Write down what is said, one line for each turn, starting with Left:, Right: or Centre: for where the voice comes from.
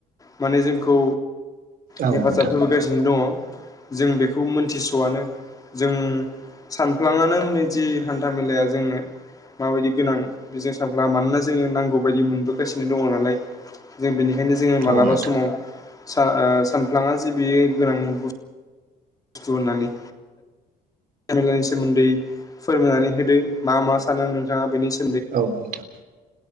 Left: माने जोंखौ
Right: औ
Left: हेफाजाब
Right: नोंथां
Left: होबोगासिनो दङ जों बेखौ मोनथिस'आनो जों सानफ्लाङानो होनै जि हान्था मेलाया जोंनो माबायदि गोनां बेजों सानफ्ला मानोना जोङो नांगौ बायदि मोनबोगासिनो दङ नालाय जों बेनिखनो बे ओंखायनो जोङो मालाबा
Right: औ नोंथां औ नोंथां
Left: समाव सा- ओ सानफ्लाङा जे बियो गोनां बु स्थु होननानै <unintelligible> सोमोन्दै फोरमायनानै होदो मा मा सानो नोंथाङा बेनि सो
Right: औ <unintelligible>